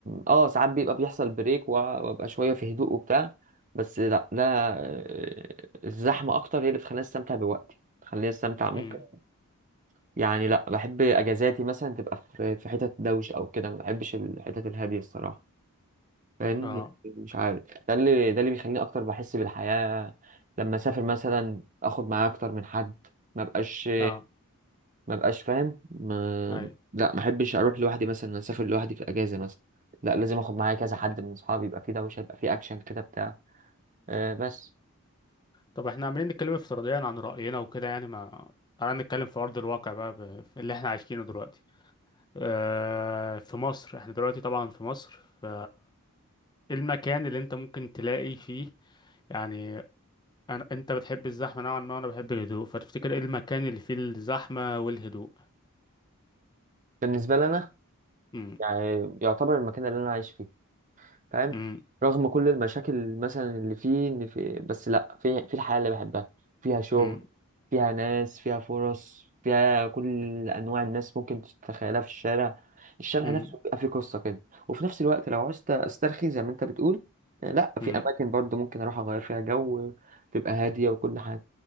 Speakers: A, on the right; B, on the left.
A: اه ساعات بيبقى بيحصل بريك وأ- وابقى شويه في هدوء وبتاع بس لا ده آه، الزحمه اكتر هي اللي بتخليني استمتع بوقتي بتخليني استمتع ممكن
B: م-
A: يعني لا بحب اجازاتي مثلا تبقى في في حتت دوشه او كده ما بحبش الحتت الهاديه الصراحه فاهم
B: اه
A: مش عارف ده اللي ده اللي بيخليني اكتر بحس بالحياه لما اسافر مثلا اخد معايا اكتر من حد ما بقاش
B: اه
A: ما بقاش فاهم ما
B: اي
A: لا ما احبش اروح لوحدي مثلا اسافر لوحدي في اجازه مثلا لا لازم اخد معايا كذا حد من اصحابي يبقى فيه دوشه يبقى فيه اكشن كده بتاع أه بس
B: طب احنا عمالين نتكلم افتراضيا عن رأينا وكده يعني ما تعالى نتكلم في أرض الواقع بقى ب... في اللي احنا عايشينه دلوقتي اه... في مصر احنا دلوقتي طبعا في مصر ف إيه المكان اللي انت ممكن تلاقي فيه يعني أنا... انت بتحب الزحمة نوعا ما وانا بحب الهدوء فتفتكر ايه المكان اللي فيه الزحمة والهدوء
A: بالنسبه لنا
B: امم
A: يعني يعتبر المكان اللي انا عايش فيه فاهم
B: امم
A: رغم كل المشاكل مثلا اللي فيه ان في بس لا في في الحياة اللي بحبها فيها شغل
B: امم
A: فيها ناس فيها فرص فيها كل انواع الناس ممكن تتخيلها في الشارع الشارع
B: امم
A: نفسه بيبقى فيه قصة كده وفي نفس الوقت لو عاوزت استرخي زي ما انت بتقول آه، لا في
B: امم
A: اماكن برضه ممكن اروح اغير فيها جو تبقى هادية وكل حاجة